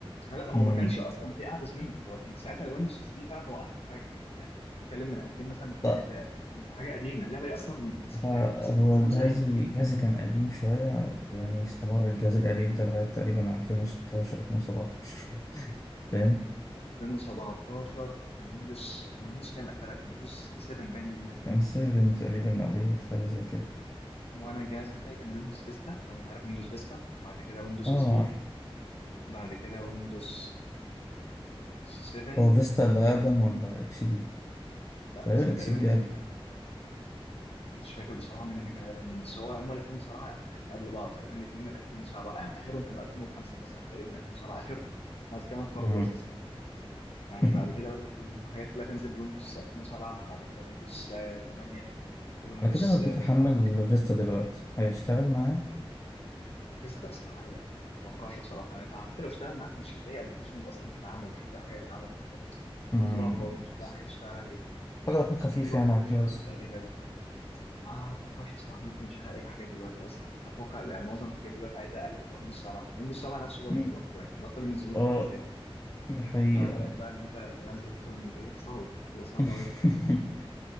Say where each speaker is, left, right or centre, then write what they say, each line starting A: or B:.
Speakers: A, on the left; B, on the left.
A: لا هو
B: امم
A: ما كانش اصلا في احدث منه هو كان ساعتها الويندوز اكس بي فعلا هو احدث حاجه يعني انت بتتكلم من 2000 مثلا و3
B: طيب
A: 2005 حاجه قديمه اللعبه دي اصلا من س-
B: فهو
A: يعني من سنه 99
B: جهازي جهازي كان قديم شوية يعني استمر الجهاز القديم ده لغاية تقريبا 2016 2017 فاهم
A: 2017 كان ويندوز كان ويندوز كام اخرها كان ويندوز 7 باين اللي نازل
B: كان 7 تقريبا أو 8 حاجة زي كده
A: وانا الجهاز بتاعي كان ويندوز فيستا لو انت عارف ويندوز فيستا بعد كده ويندوز
B: اه
A: اكس بي
B: عارف.
A: بعد كده ويندوز 7
B: هو فيستا اللي أقدم ولا إكس بي
A: لا
B: تقريبا
A: فيستا
B: إكس
A: تقريبا
B: بي
A: اقدم
B: أقدم
A: حاجه مش فاكر بصراحه مين اللي كان اقدم مين بس هو هما الاثنين بصراحه يعني قبل بعض تقريبا الاثنين من 2007 يعني اخرهم كانوا 2005 مثلا تقريبا 2007 اخرهم بعد كده انقرضوا
B: مم.
A: اساسا يعني
B: <laughs>
A: بعد كده بدات الحاجات كلها تنزل لويندوز 2007 بعد كده ويندوز 8 ويندوز
B: على كده لو جيت أحمل
A: 10
B: فيستا دلوقتي هيشتغل معايا
A: فيستا استحاله ما اتوقعش بصراحه آه، حتى لو اشتغل معاك مش هتلاقي ابلكيشن اصلا تدعمه مش هتلاقي حاجه تدعمه
B: مم.
A: نزلوها على الفاضي مش هتلاقي حاجه تشتغل عليه
B: أعتقد هيكون خفيف
A: يعني دوبك
B: يعني
A: برضه
B: على
A: مش
B: الجهاز
A: شغاله القديمه دي ما اتوقعش بصراحه إنه ممكن يشغل اي حاجه دلوقتي اصلا اتوقع يعني معظم الحاجات دلوقتي عايزه اقل حاجه ويندوز 7 ويندوز 7 نفسه بطل
B: مم.
A: يوقفوها يعني بطل ينزلوا له
B: اه
A: تحديثات
B: ده حقيقة
A: فبالك بقى ان انت تنزل اكتر من كده صعبه تبقى صعبه
B: <laughs>
A: قوي